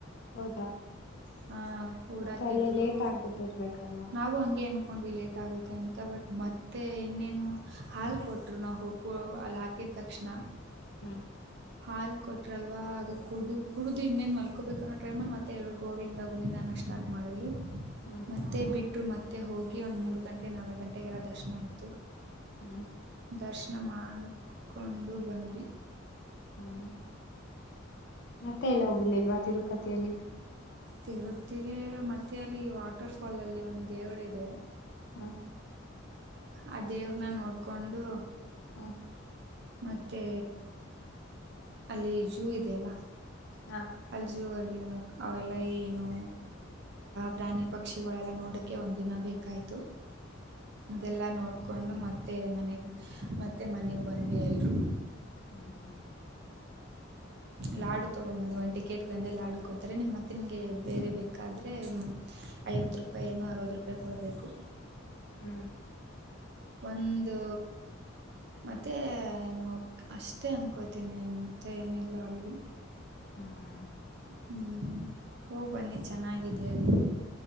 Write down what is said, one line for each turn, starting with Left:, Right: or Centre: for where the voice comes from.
Left: ಹೌದಾ
Right: ಹ ಕೂಡಾಕಿದ್ರು
Left: ಮತ್ತೆ ಅಲ್ಲೇ ಲೇಟ್ ಆಗ್ಬಿಟ್ಟಿರ್ಬೇಕಲ್ವಾ
Right: ನವು ಹಂಗಗೆ ಏನ್ ಹಕೊಂಡ್ ಲೇಟ್ ಆಗುತ್ತೆ ಅಂತ ಬಟ್ ಮತ್ತೆ ಇನ್ನೇನು ಹಾಲ್ ಕೊಟ್ಟರು ನಾವು ಹಕ ಅಲ್ಲಿ ಹಾಕಿದ ತಕ್ಷಣ
Left: ಹ್ಮ್
Right: ಮಲ್ ಕೊಟ್ರಲ್ವಾ ಅದು ಕುಡಡು ಕುಡು ಇನ್ನೇನ್ ಮಲ್ಕೋಬೇಕು ಅೋ ್ರೈಮಲ್ ಮತ್ತೆ ಎಲ್ರಿಗ ಗೋವಿಂದ ಗೋವಿಂದನ ಸ್ಟಾ್ಟಪ್ ಮಾಡಿದ್ರು
Left: ಹ್ಮ್
Right: ಮತ್ತೆ ಬಿಟ್ಟರು ಮೆ ಮತ್ತೆ ಹೋಗಿ ಒಂದ್ ಮೂರ್ ಗಂಟೆ ನಾಲ್ಕ ಗಂಟೆಗೆಲ್ಲ ದರ್ಶನ ಆಯ್ತು
Left: ಹ್ಮ್
Right: ದರ್ಶನ ಮಾಡ ಮಾಡಡ್ಕೊಂಡು ಬಂದ್ವಿ
Left: ಹ್ಮ್ ಮತ್ತೆ ಎಲ್ಲಿ ಹೋಗಿಿಲ್ಲಲ್ವಾ ತಿರುಪತಿಯಲ್ಲಿ
Right: ತಿರುಪತಿಿಗೆ ಮತ್ತೆ ಅಲ್ಲಿ ವಾಟರ್ ಫಾಲ್ ಅಲ್ಲಿ ಒಂದು್ ದೇವರ ಇದೆ
Left: ಹ್ಮ
Right: ಆ ದೇವ್ರನ್ನ ನೋಡ್ಕೊಂಡು
Left: ಹ್ಮ
Right: ಮತ್ತೆ ಅಲ್ಲಿ ಜಝೂ ಇದೆಯಲ್ಲ
Left: ಹಾ
Right: ಅಲ್ಲಿ ಜುವಲ್ಲಿ ಅಲ್ಲಿ ಅವೆಲ್ಲ ಏನು ಪ್ರಾಣಿ ಪಕ್ಷಿಗಳೆಲ್ಲ ನೋಡಕ್ಕೆೆ ಒಂದು ದಿನ ಬೇಕಾಯ್ತು ಅದೆಲ್ಲಾ ನೋಡ್ಕೊಂಡು ಮತ್ತೆ ಮನೆಗ್ ಮತ್ತೆ ಮನೆಗ್ ಬಂದ್ವಿ ಎಲ್ರು
Left: ಹ್ಮ್
Right: ಲಾಡು ತಗೊಂಡ್ ಬಂದಿ ಒಂದು ಟಿಕೆಟ್ ಒಂದು ಲಾಡು ಕೊಡ್ತಾರೆ ನಿಮ್ ಮತ್ತೆ ನಿಮ್ಗೆ ಬೇರೆ ಬೇಕಾದ್ರೆ ಐವತ್ತು ರೂಪಾಯಿ ಏನ್ನು ಅರವತ್ತು ರೂಪಾಯಿ ಕೊಡಬೇಕು
Left: ಹ್ಮ್
Right: ಒಂದು ಮತ್ತೆ ಏನು ಅಷ್ಟೇ ಅನ್ಕೋತೀನಿ ಮತ್ತೆ ಏನಿಲ್ಲ ಆಗ್ಲಿ
Left: ಹ್ಮ್
Right: ಹ್ಮ್ ಹೋಗ್ ಬನ್ನಿ ಚೆನ್ನಾಗಿದೆ ಅಲ್ಲಿ